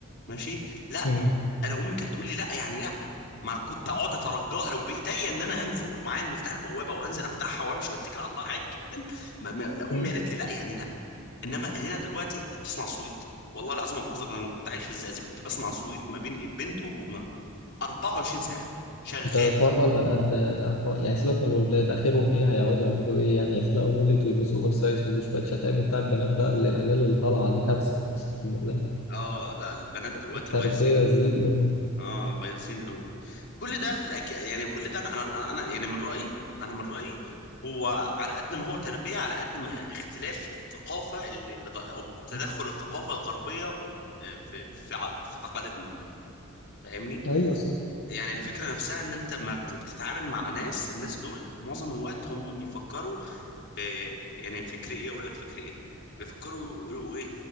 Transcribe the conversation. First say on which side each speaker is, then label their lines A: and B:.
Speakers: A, on the left; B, on the left.
A: ماشي لا
B: مم.
A: انا امي كانت تقول لي لا يعني لا ما كنت اقعد اترجاها لو بايديا ان انا انزل لو معايا المفتاح البوابه وانزل افتحها وامشي واتكل على الله عادي جدا ما ما لا،
B: مم.
A: امي قالت لي لا يعني لا انما هنا دلوقتي انت بتسمع صويت والله العظيم ما بهزر انا لو كنت عايش في الزقازيق كنت بسمع صويت ما بين بنت وامها 24 ساعه شغال
B: انت حوار بقى البنات ده لا حوار- يعني سيبك من الولاد اخرهم ايه هيقعدوا يعملوا ايه يعني يحلقوا مولت ويلبسوا اوفر سايز وشويه شتايم وبتاع البنات بقى اللي الاجيال اللي طالعه دي كارثه اقسم بالله
A: اه لا البنات دلوقتي
B: التربيه
A: بايظين
B: زيرو يعني
A: اه بايظين كل ده في الأج... يعني كل ده انا انا انا يعني من رأيي انا من رأيي هو على قد ما هو تربية على قد ما اختلاف الثقافة اللي الغ... او تدخل الثقافة الغربية آه، في في ع- في تقاليدنا فاهمني
B: ايوه صح
A: يعني الفكرة نفسها ان انت ما بت- بتتعامل مع ناس الناس دول معظم الوقت هم بيفكروا إيه يعني فكري ايه اقول لك فكري ايه بيفكروا يقولوا ايه